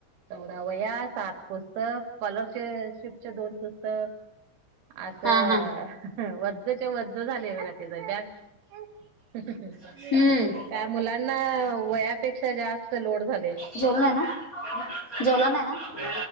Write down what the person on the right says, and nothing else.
चौदा वया सात पुस्तक स्कॉलरशशिपचे दोन पुस्तक असं
वजच्या वज झाले ब तचा बॅग अ
का मुलांना वयापेक्षा जास्त लोड झाले.